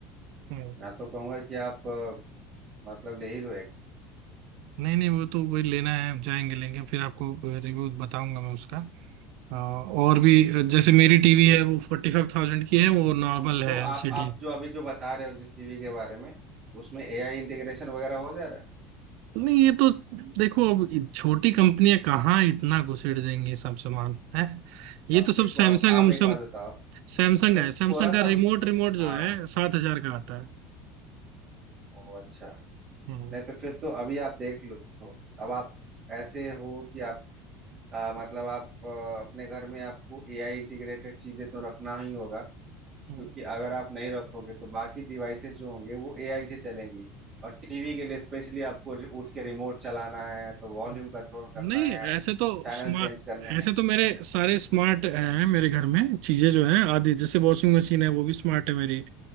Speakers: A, on the right; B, on the right.
A: हम्म।
B: मैं तो कहूंगा कि आप अ, मतलब ले ही लो
A: नहीं नहीं वो तो वही लेना है आप जाएंगे लेंगे फिर आपको रिव्यू बताऊंगा मैं उसका अ, और भी जैसे मेरी टीवी है वो फोर्टी फाइव थाउजेंड की है वो नॉर्मल
B: तो
A: है एलसीडी
B: आप आप जो अभी जो बता रहे हो जिस टीवी के बारे में उसमें एआई इंटीग्रेशन वगैरह हो जा रहा है
A: नहीं ये तो देखो अब इ- छोटी कंपनियां कहाँ इतना घुसेड़ देंगे सब सामान है ये
B: अब
A: तो
B: देखो
A: सब सैमसंग
B: अब आप
A: हमसम
B: एक बात बताओ
A: सैमसंग
B: नहीं
A: है
B: तो
A: सैमसंग
B: थोड़ा सा
A: का रिमोट रिमोट जो
B: हाँ
A: है सात हजार का आता है
B: ओ अच्छा
A: हम्म
B: नहीं तो फिर तो अभी आप देख लो अब आप ऐसे हो कि आप आ, मतलब आप आ, अपने घर में आपको एआई इंटीग्रेटेड चीजें तो रखना ही होगा क्योंकि
A: हम्म,
B: अगर आप नहीं रखोगे तो बाकी डिवाइसेस जो होंगे वो एआई से चलेंगी और टीवी के लिए स्पेशली आपको उठ के रिमोट चलाना है तो वॉल्यूम
A: हम्म।
B: कंट्रोल करना
A: नहीं
B: है
A: ऐसे तो
B: चैनल
A: स्मार्ट
B: चेंज करने
A: ऐसे
B: हैं
A: तो मेरे सारे स्मार्ट हैं मेरे घर में चीजें जो है आदि जैसे वॉशिंग मशीन है वो भी स्मार्ट है मेरी